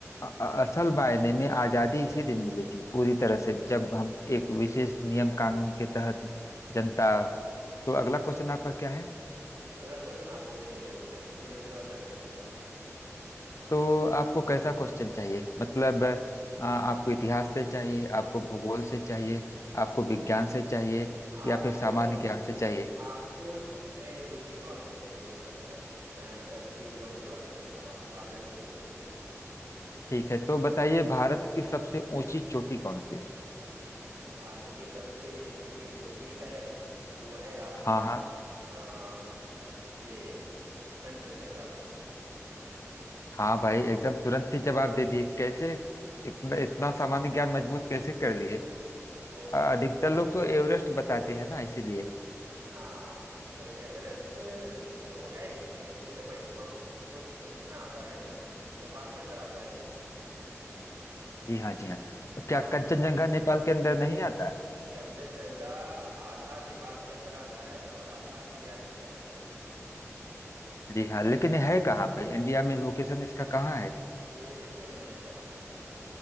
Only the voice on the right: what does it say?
अगला क्वेश्चन आप पूछिए मेरे से फिर उसके बाद मैं पूछूंगा
आपको
आपको जिसमें रुचि हो आप मुझसे वो पूछ सकते हैं मैं सब चीजों में जवाब दे सकता हूँ आपको आप मेरे से पूछिए
भारत की सबसे ऊंची चोटी है वो है आपका
आ, ये कंचनजंगा
आ,
वो
हाँ क्यों- एवरेस्ट तो है ही लेकिन वो माउंट माउंट उसको उसमें आता है ना नेपाल के अंदर आता है वो
हाँ
कंचनजंगा आधा नेपाल के अंदर आता है और आधा इंडिया के अंदर आता है
है ना
ये सिक्किम में है हमारा